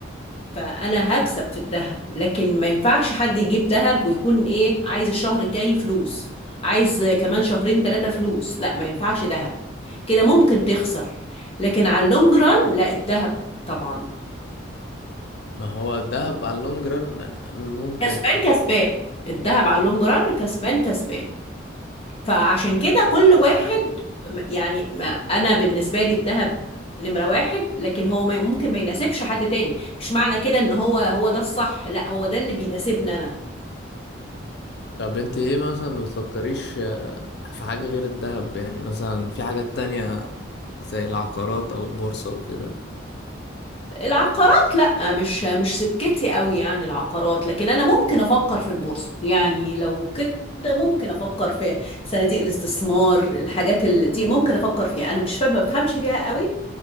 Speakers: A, on the left; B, on the left.
A: فانا هكسب في الذهب لكن ما ينفعش حد يجيب ذهب ويكون ايه عايز الشهر الجاي فلوس عايز كمان شهرين ثلاثة فلوس لا ما ينفعش ذهب كده ممكن تخسر لكن على اللونج ران لا الذهب طبعا
B: ما هو الذهب على اللونج ران ممكن
A: كسبان كسبان الذهب على اللونج ران كسبان كسبان فعشان كده كل واحد م- يعني ما انا بالنسبة لي الذهب نمرة واحد لكن هو ما ممكن ما يناسبش حد تاني مش معنى كده ان هو هو ده الصح لا هو ده اللي بيناسبني انا
B: طب انت ايه مثلا ما بتفكريش آه، في حاجة غير الذهب يعني مثلا في حاجات تانية زي العقارات او البورصة وكده
A: العقارات لا مش مش سكتي قوي يعني العقارات لكن انا ممكن افكر في البورصه يعني لو كده ممكن افكر في صناديق الاستثمار الحاجات اللي دي ممكن افكر فيها انا مش فاهمه بفهمش فيها قوي